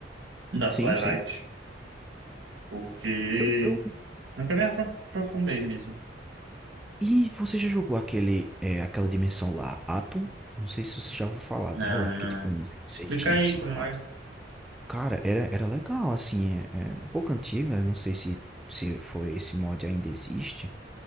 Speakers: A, on the right; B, in the centre.
A: Da
B: Sim,
A: Twilight,
B: sim.
A: porque
B: Eu, eu...
A: nunca me afro- aprofundei mesmo.
B: E você já jogou aquele, é, aquela dimensão lá, Atom? Não sei se você já ouviu falar
A: Não,
B: dela, que
A: não.
B: é tipo um negócio
A: Explica
B: egípcio
A: aí como
B: e tal.
A: é.
B: Cara, era, era legal, assim, é, é um pouco antiga, não sei se, se foi esse mod ainda existe,